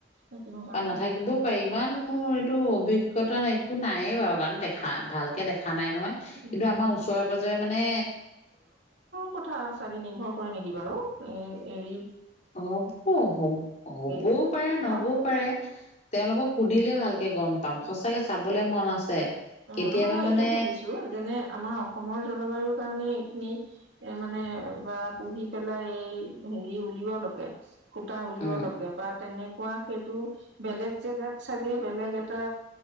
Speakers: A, on the right; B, on the left.
A: থাকিব পাৰে
B: বা নাথাকিবও ইমান মোৰ এইটো অভিজ্ঞতা একো নায়েই বাৰু কাৰণ দেখা ভালকে দেখা নাই নহয়।
A: উম
B: কিন্তু আমাৰ ওচৰে পাজৰে মানে
A: কথা চাগে নিৰ্ভৰ কৰে নেকি বাৰু এ হেৰি
B: হ'ব, হ হ'বও
A: ন
B: পাৰে নহবও পাৰে। তেওঁলোকক সুধিলে ভালকে গম পাম সঁচাকৈ চাবলৈ মন আছে।
A: অ,
B: কেতিয়াবা
A: নহয় মই
B: মানে
A: এইটো সুধিছো যেনে আমাৰ অসমৰ জলবায়ুৰ কাৰণে এইখিনি এ, মানে বা পুহি পেলাই এই হেৰি উলওৱাালকে সূতা উলওৱা
B: উম
A: লোকে ৰ'বা তেনেকুৱা সেইটো বেলেগ জেগাত চাগৈ, বেলেগ এটা